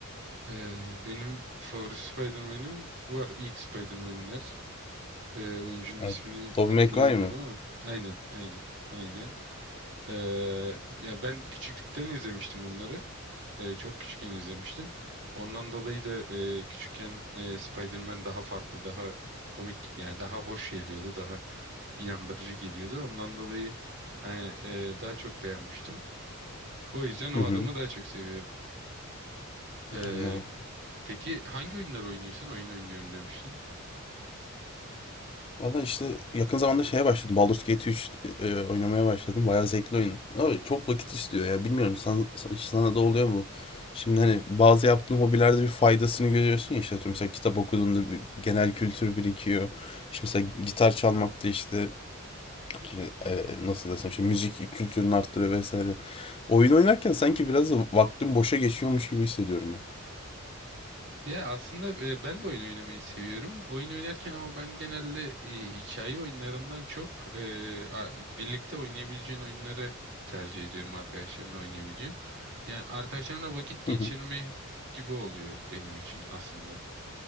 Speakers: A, on the right; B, on the left.
A: Ee, benim favori Spider-Man'im var. İlk Spider-Man'ler. Ee, oyuncunun
B: Evet.
A: ismini
B: Tobey
A: hatırlayamıyorum
B: Maguire mı?
A: ama. Aynen, aynen, aynen. Ee, ya ben küçüklükten izlemiştim onları. Ee, çok küçükken izlemiştim. Ondan dolayı da e, küçükken e, Spider-Man daha farklı, daha komik, yani daha hoş geliyordu, daha inandırıcı geliyordu. Ondan dolayı hani, e, daha çok beğenmiştim. O yüzden o
B: Hı hı.
A: adamı daha çok seviyorum. Ee,
B: Anladım.
A: Peki hangi oyunlar oynuyorsun? Oyun oynuyorum demiştin.
B: Valla işte yakın zamanda şeye başladım. Baldur's Gate üç e, oynamaya başladım. Bayağı zevkli oyun. Ama çok vakit istiyor ya. Bilmiyorum sana, sana da oluyor mu? Şimdi hani bazı yaptığın hobilerde bir faydasını görüyorsun ya işte atıyorum mesela kitap okuduğunda bir genel kültür birikiyor. İşte mesela gitar çalmak da işte ki, e, nasıl desem işte müzik kültürünü arttırıyor vesaire. Oyun oynarken sanki biraz da vaktim boşa geçiyormuş gibi hissediyorum
A: Ya aslında e, ben de oyun oynamayı seviyorum. Oyun oynarken ama ben genelde e, hikaye oyunlarından çok e, a- birlikte oynayabileceğin oyunları tercih ediyorum arkadaşlarımla oynayabileceğim. Yani arkadaşlarımla vakit geçirme
B: ya. <laughs>
A: gibi oluyor benim için aslında.